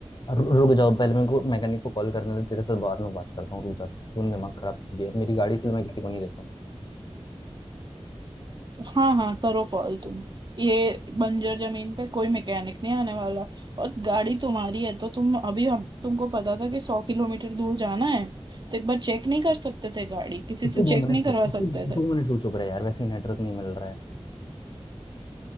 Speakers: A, on the left (about 40°); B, on the right (about 45°).
A: रु- रुक जाओ पहले मेरे को मैकेनिक को कॉल करने दे तेरे साथ बाद में बात करता हूँ रुक जा तूने दिमाग खराब कर दिया मेरी गाड़ी इसलिए मैं किसी को नहीं देता हूँ
B: हाँ हाँ करो कॉल तुम ये बंजर जमीन पे कोई मैकेनिक नहीं आने वाला और गाड़ी तुम्हारी है तो तुम अभी हम तुमको पता था कि सौ किलोमीटर दूर जाना है तो एक बार चेक नहीं कर सकते थे गाड़ी किसी
A: तो
B: से
A: तू
B: चेक
A: दो मिनट
B: नहीं करवा
A: चुप तू
B: सकते
A: दो
B: थे
A: मिनट तू चुप रहे यार वैसे ही नेटवर्क नहीं मिल रहा है